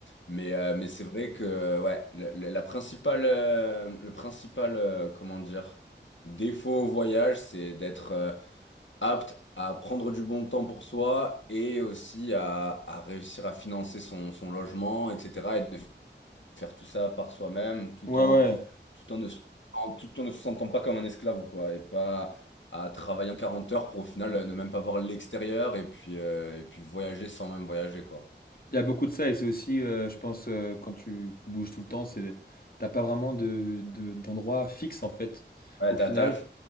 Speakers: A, on the left; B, on the left.
A: Mais, euh, mais c'est vrai que ouais, le- le- la principale, euh, le principal, euh, comment dire, défaut au voyage, c'est d'être euh, apte à prendre du bon temps pour soi et aussi à, à réussir à financer son, son logement, etc faire tout ça par soi-même, tout
B: Ouais,
A: en,
B: ouais.
A: tout en ne, se- en- tout en ne se sentant pas comme un esclave, quoi, et pas à travailler en 40 heures pour au final euh, ne même pas voir l'extérieur et puis, euh, et puis voyager sans même voyager, quoi.
B: Il y a beaucoup de ça et c'est aussi, euh, je pense, euh, quand tu bouges tout le temps, c'est, t'as pas vraiment de, de- d'endroit fixe en fait,
A: Ouais,
B: au
A: d'attache,
B: final.